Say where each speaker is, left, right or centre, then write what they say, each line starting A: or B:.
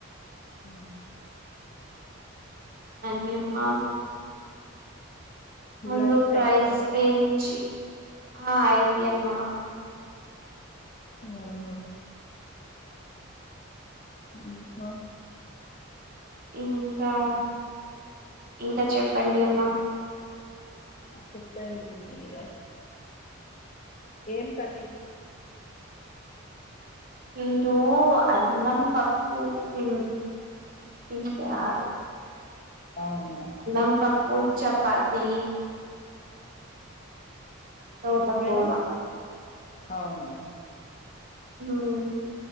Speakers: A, on the left; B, on the right.
A: ఉ
B: అన్నీ అమ్మా ముందు
A: లంచ్
B: ప్రైస్
A: అయిందా మేడం
B: పేంచి ఆ అయింది అమ్మా
A: అవునా ఇ స
B: ఇంకా ఇంకా చెప్పండి అమ్మ
A: చెప్పండి మీరే ఏమ్ కర్రీ
B: మీరు అన్నం పప్పుూ తి తింటారీ
A: అవును
B: అన్నం పప్పు చెపాతి తోటకూర
A: మేడం అవునా
B: ఆ అవును